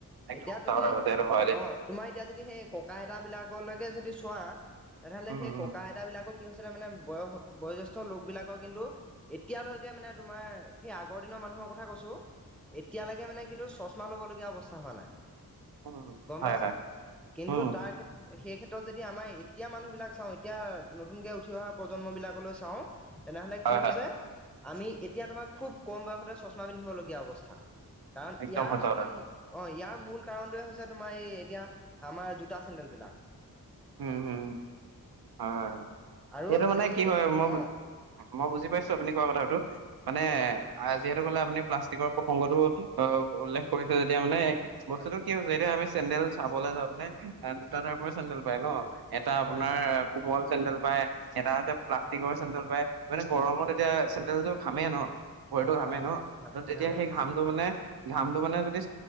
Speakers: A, on the right (about 85°); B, in the centre.
A: একদম
B: এতিয়া
A: সঁচা
B: তুমি
A: কথা
B: অ'
A: কৈছে এইটো হয় দেই।
B: তোমাৰ এতিয়া যদি সেই ককা আইতাবিলাকলৈকে যদি চোৱা তেনেহ'লে
A: উম,
B: সেই
A: উম,
B: ককা আইতাবিলাকক কি হৈছিলে মানে বয়স বয়োজ্যেষ্ঠ লোকবিলাকৰ কিন্তু এতিয়ালৈকে মানে তোমাৰ সেই আগৰ দিনৰ মানুহৰ কথা কৈছোঁ এতিয়ালৈকে মানে কিন্তু চশমা ল'বলগীয়া অৱস্থা হোৱা নাই
A: উম,
B: গ'ম
A: হয়,
B: পাইছা।
A: হয়,
B: কিন্তু
A: উম,
B: তাৰ ক্ষেত্ৰত সেই ক্ষেত্ৰত যদি আমাৰ এতিয়া মানুহবিলাক চাওঁ এতিয়া নতুনকে উঠি অহা প্ৰজন্মবিলাকলৈ চাওঁ তেনেহ'লে
A: হয়,
B: কি হৈছে
A: হয়,
B: আমি এতিয়া তোমাৰ খুব কম বয়সতে চশমা পিন্ধিবলগীয়া অৱস্থা। কাৰণ
A: একদম
B: ইয়াৰ
A: সঁচা
B: আচলতে
A: কথা।
B: অ', ইয়াৰ মূল কাৰণটোৱে হৈছে তোমাৰ এই এতিয়া আমাৰ জোতা চেণ্ডেল বিলাক।
A: উম হম হয়, হয়।
B: আৰু
A: এইটো মানে
B: আমি
A: কি
B: যদি
A: হয় মই
B: অ
A: মই বুজি পাইছোঁ আপুনি কোৱা কথাটো। মানে
B: অ
A: যিহেতু কলে আপুনি প্লাষ্টিকৰ প্ৰসংগতটো অ উল্লেখ কৰিছে যেতিয়া মানে বস্তুতটো
B: হয়
A: কি হৈছে এতিয়া আমি চেণ্ডেল চাবলৈ যাওঁতে দুটাজেগাৰ পৰা চেণ্ডেল- ন এটা আপোনাৰ
B: হয় হয়
A: কোমল চেণ্ডেল পাই এটা যে প্লাষ্টিকৰ
B: হয়
A: চেণ্ডেল পায় মানে গৰমত
B: হয়
A: এতিয়া
B: হয়
A: চেণ্ডেলটো ঘামেই ন ভৰিটো ঘামেই
B: হয়
A: ন
B: হয় ঘামে
A: তেতিয়া
B: ঘামে
A: সেই
B: ঘামে
A: ঘামটো মানে ঘামটো মানে যদি